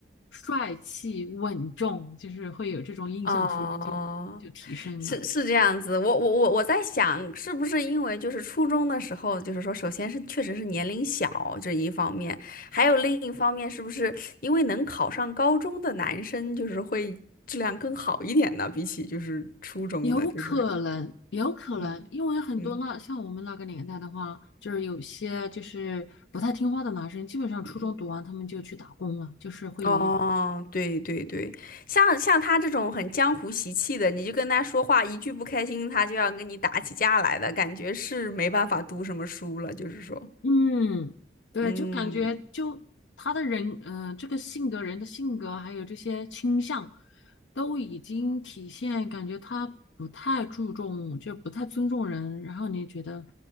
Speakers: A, on the left; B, on the left.
A: 帅气、稳重，就是会有这种印象，
B: 哦、
A: 突然就就提升了。
B: 是是这样子，我我我我在想，是不是因为就是初中的时候，就是说，首先是确实是年龄小这一方面，还有另一方面，是不是因为能考上高中的男生，就是会质量更好一点呢？比起就是初中的，
A: 有可能，
B: 就是
A: 有可能，
B: 嗯嗯
A: 因为很多那像我们那个年代的话，就是有些就是不太听话的男生，基本上初中读完他们就去打工了，
B: 嗯，
A: 就是会有一
B: 哦，对对对，像像他这种很江湖习气的，你就跟他说话一句不开心，他就要跟你打起架来的感觉，是没办法读什么书了，就是说。
A: 嗯，对，
B: 嗯，
A: 就感觉就他的人，嗯、这个性格，人的性格，还有这些倾向，都已经体现，感觉他不太注重，就不太尊重人。然后你觉得，